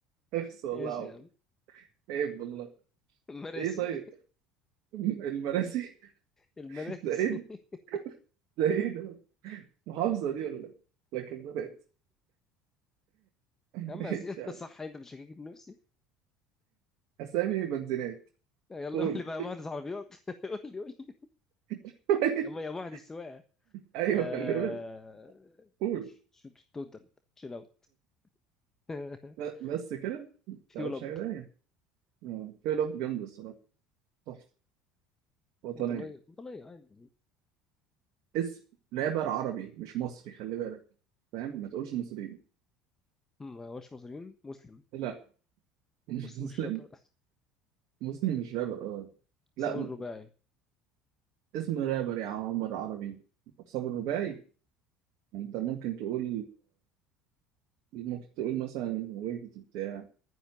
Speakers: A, on the right; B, on the left.
A: اخس والله
B: ماشي
A: يا عمر
B: يا عم
A: عيب والله
B: المراسي
A: ايه طيب <laughs> المراسي
B: المراسي
A: ده ايه
B: <laughs>
A: ده ايه ده محافظة دي ولا لكن المراسي <laughs>
B: يا عم
A: ماشي
B: يا سين أنت
A: يا عم
B: صح أنت بتشككني في نفسي
A: اسامي بنزينات
B: يلا
A: قول
B: قول لي بقى يا مهندس عربيات <laughs> قول لي قول لي
A: <laughs>
B: يا م- يا مهندس سواقة
A: ايوه
B: آه...
A: خلي بالك قول
B: توتال تشيل اوت <laughs>
A: ب- بس كده ما
B: فيول
A: تعرفش
B: اب
A: حاجة تانية آه، في لعبة جامدة الصراحة تحفة وطنية
B: وطنية وطنية <laughs> عادي
A: اسم رابر عربي مش مصري خلي بالك فاهم ما تقولش مصريين
B: هم ما هوش مصريين مسلم
A: لا <laughs> مش
B: مسلم
A: مسلم
B: مش رابر
A: مسلم مش رابر اه
B: <laughs>
A: لا
B: صابر
A: م-
B: الرباعي
A: اسم رابر يا عمر عربي صابر الرباعي انت ممكن تقول ممكن تقول مثلا ويجد بتاع